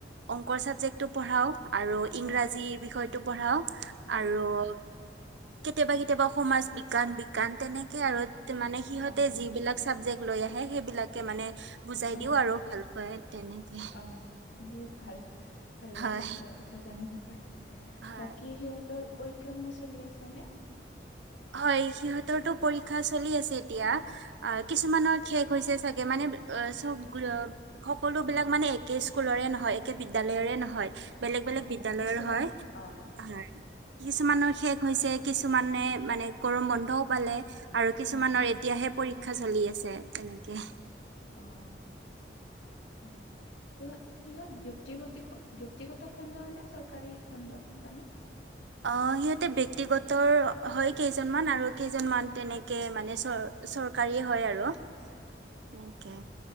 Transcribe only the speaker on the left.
হয়
হয়
অ
অ
অ বহুত ভাল, ভাল লাগিল
আপোনাৰ কথা জানিব পাই
বাকী সিহঁতৰ,। পৰীক্ষাসমূহ চলি আছেনে?
অ'
কিছুমান
অ'
হয়,
অ',
অ', হয় সিহঁত সিহঁত ব্যয়ক্তিগত। ব্যক্তিগত খণ্ডৰ নে চৰকাৰী খণ্ডৰ জানো।
<unintelligible>